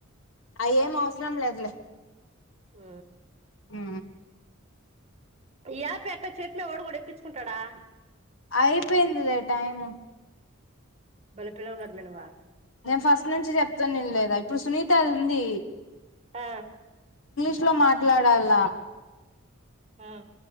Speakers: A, on the left (about 80°); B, on the right (about 35°).
A: అయి ఏం అవసరం లేదులే
B: ఉ
A: ఉ
B: యా ఎట్ట చెప్పే ఓడగుడ కుంటడా
A: అయి పేన్దిలే టైమ్
B: బల పిలో గ మనవా
A: నేను ఫస్ట్ నుంచి చెప్తున్న వినలేదా మా సునీత ఉంది
B: ఆ
A: ఇట్లో మాట్లాడాల
B: ఉ